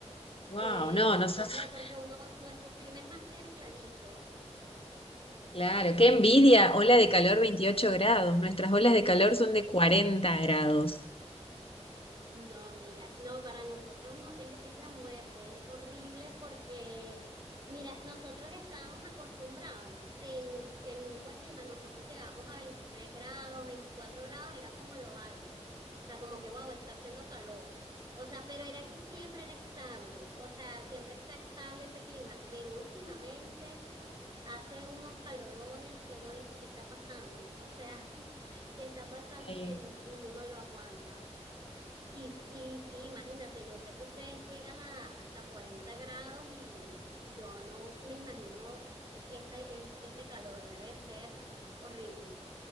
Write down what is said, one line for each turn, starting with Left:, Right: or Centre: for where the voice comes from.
Left: Wow,
Right: Eh,
Left: no, nosotros,
Right: es como
Left: <laughs>
Right: porque uno, nuestro clima es más templadito.
Left: claro, qué envidia, ola de calor 28 grados. Nuestras olas de calor son de 40 grados.
Right: No, mira, no, para nosotros no, es, es la muerte, es horrible porque, mira, nosotros estábamos acostumbrados en, en un buen clima, nosotros llegamos a 23 grados, 24 grados, era como lo alto, o sea, como que, wow, está haciendo calor, o sea, pero era que siempre era estable, o sea, siempre está estable ese clima, pero últimamente... hace unos calorones que uno dice que está pasando, o sea, <laughs> que está pasando
Left: Sí.
Right: que uno no lo aguanta. Y, y sí, imagínate, yo sé que ustedes llegan a hasta 40 grados y yo no me imagino ese, es- ese calor, debe ser horrible.